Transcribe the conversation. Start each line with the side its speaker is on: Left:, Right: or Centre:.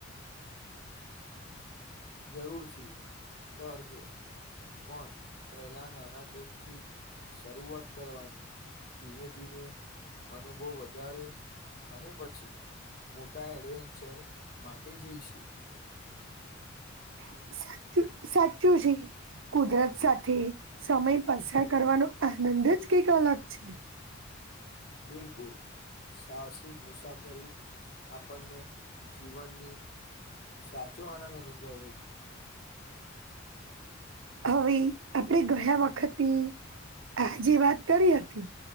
Left: જરૂરથી કરજો પણ પહેલા નાના ટ્રીપ થી શરૂઆત કરવાની ધીમે ધીમે અનુભવ વધારે અને પછી મોટા એડવેન્ચર માટે જઈશું
Right: <inaudible> <unintelligible> સાચું જી કુદરત સાથે સમય પસાર કરવાનો આનંદ જ કઈક અલગ છે.
Left: બિલકુલ સાહસિક મુસાફરી આપણને જીવનની સાચો આનંદ અનુભવ હો છે.
Right: હવે આપણે ગયા વખતની આજે વાત કરી હતી